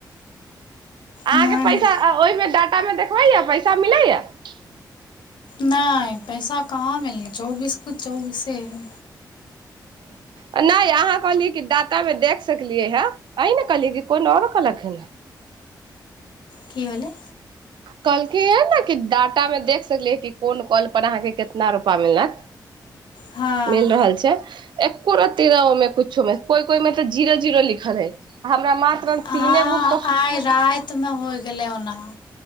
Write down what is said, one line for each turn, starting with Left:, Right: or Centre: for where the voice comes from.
Right: अहाँके
Left: ने नहि नहि
Right: पैसा ओहिमे डाटा मे देखबै यऽ पैसा मिलै यऽ
Left: नहि पैसा कहाँ मिललै चौबीस क चौबीसे हई
Right: ह नहि अहाँ कहलियै कि दाँतामे देख सकलियै हे अही ने कहलियै कि कोन आओरो कहलक हन
Left: की हलेय
Right: कहलखिन हे ने कि डाटा मे देख सकली है कि कोन कॉल पर अहाँके कितना रूपा मिलत
Left: हँ
Right: मिल रहल छै एगोरती रोऊ कुछ मे तेरह ओ में कुछो मे कोई कोई में त जीरो जीरो लिखल है हमरा मात्र
Left: हँ
Right: तीने गुक
Left: आइ रातिमे होइ गेलै ओना